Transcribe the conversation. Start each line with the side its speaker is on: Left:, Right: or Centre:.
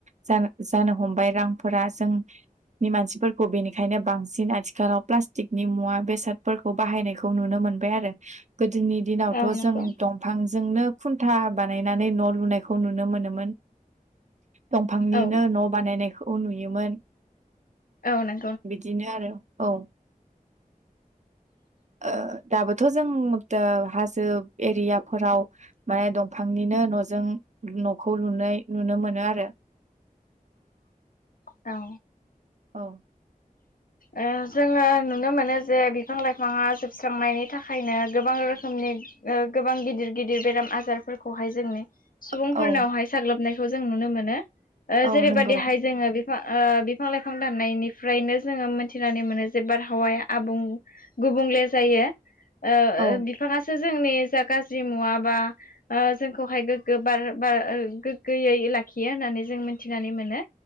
Right: जानो जानो हमबाय रांफोरा जों
Left: <inaudible>
Right: नि मानसिफोरखौ बेनिखायनो बांसिन आथिखालाव प्लास्टिकनि मुवा बेसादफोरखौ बाहायनायखौ खौ नुनो मोनबाय आरो गोदोनि दिनावथ'
Left: औ नंगौ
Right: जों दंफांजोंनो खुन्था बानायनानै न' लुनाय खौ नुनो मोनोमोन दंफांनिनो
Left: औ
Right: न' बानायनायखौ नुयोमोन।
Left: औ नों
Right: बिदिनो आरो औ ओ दाबोथ' जों हाजो एरियाफोराव माने दंफांनिनो न'जों न'खौ लुनाय नुनो मोनो आरो
Left: औ
Right: औ
Left: ओ जोङो नुनो मोनो जे बिफां -लाइफाङा जोबस्रांनायनि थाखायनो गोबां रोखोमनि ओ गोबां गिदिर- गिदिर बेराम आजारफोरखौहाय जोंनो सुबुंफोरनावहाय
Right: औ
Left: साग्लोबनायखौ जों नुनो मोनो ओ
Right: औ
Left: जेरैबायदिहाय
Right: नंगौ
Left: जोङो बे ओ बिफां - लाइफां दाननायनिफ्रायनो जोङो मिथिनानै मोनो जे बारहावाया आबुं गुबुंले जायो। ओ
Right: औ
Left: बिफाङासो जोंनि जा गाज्रि मुवा बा ओ जोंखौहाय गोग्गो बार बार गोग्गोयै लाखियो होननानै जों मिथिनानै मोनो